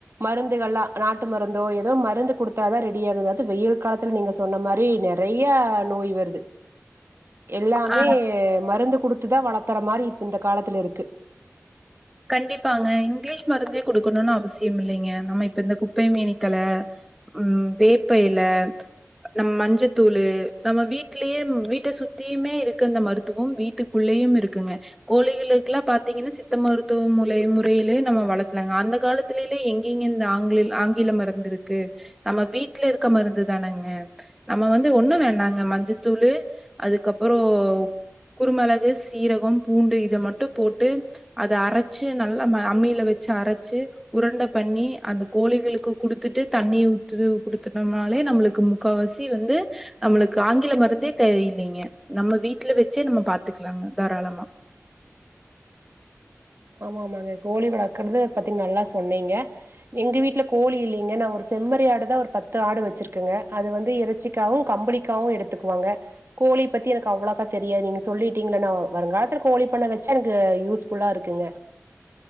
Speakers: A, on the right; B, in the centre.
A: மருந்துகள்ல்லாம். நாட்டு மருந்தோ ஏதோ மருந்து குடுத்தாதான் ரெடி ஆகுது அது வெயில் காலத்துல நீங்க சொன்ன மாரி நெறைய நோய் வருது. எல்லாமே
B: ஆ
A: மருந்து குடுத்துதான் வளர்த்தற மாரி இப்ப இந்த காலத்துல இருக்கு.
B: கண்டிப்பாங்க இங்கிலீஷ் மருந்தே கொடுக்கணும்னு அவசியம் இல்லைங்க நம்ம இப்ப இந்த குப்பை மேனிக்தல உம் வேப்பையில நம்ம மஞ்சத்தூள் நம்ம வீடலேயே வீட்டை சுத்தியுமே இருக்க அந்த மருத்துவம் வீட்டுக்குள்ளையும் இருக்குங்க. கோழிகளுக்கெல்லாம் பாத்தீங்கன்னா சித்த மருத். தூ முலை முறையில நம்ம வளர்த்தலாங்க அந்த காலத்துலெல்ல எங்கீங்க இந்த ஆங்கில ஆங்கில மருந்து இருக்கு நம்ம வீட்டுல இருக்க மருந்து தானேங்க நம்ம வந்து ஒண்ணும் வேண்டாங்க மஞ்சத்தூளு அதுக்கப்புறோ குருமிளகு சீரகம் பூண்டு இத மட்டும் போட்டு அத அரைச். ச்சு நல்லா அம்மியில வச்சு அரைச்சு உருண்ட பண்ணி அந்த கோழிகளுக்கு குடுத்துட்டு தண்ணி ஊத்துது குடுத்துட்டோம்னாலே நம்மளுக்கு முக்கவாசி வந்து நம்மளுக்கு ஆங்கில மருந்தே தேவயில்லைங்க நம்ம வீட்டுல வச்சே நம்ம பாத்துக்கலாங்க தாராளமா.
A: ஆமா ஆமாங்க கோழி வளர்க்குறது பத்திங் நல்லா சொன்னீங்க. எங்க வீட்டுல கோழி இல்லைங்க நான் ஒரு செம்மறி ஆடுதான் ஒரு பத்து ஆடு வச்சிருக்கேங்க அது வந்து இறைச்சிக்காவும் கம்பளிக்காவும் எடுத்துக்குவாங்க. கோழி பத்தி எனக்கு அவ்வளோக்கா தெரியாது நீங்க சொல்லிட்டீங்கள நான் வருங்காலத்துல கோழி பண்ண வச்சா எனக்கு யூஸ்ஃபுல்லா இருக்கு. க்கீங்க.